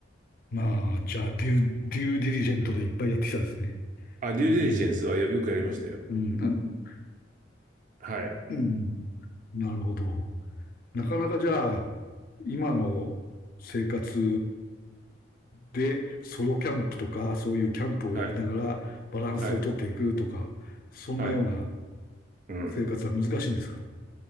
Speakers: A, on the left; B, on the right.
A: まあ、じゃあ、デュー、デューディリジェントでいっぱいやってきたですね。
B: あ、デューデリジェンスはよ、
A: うん。
B: よくやりましたよ。
A: うん、あ、
B: はい。
A: うん、なるほど。なかなかじゃあ、今の生活でソロキャンプとか、そういうキャンプをやりながらバランスをとっていくとか、
B: はい。はい。
A: そんなような
B: はい。うん。
A: 生活は難しいんですか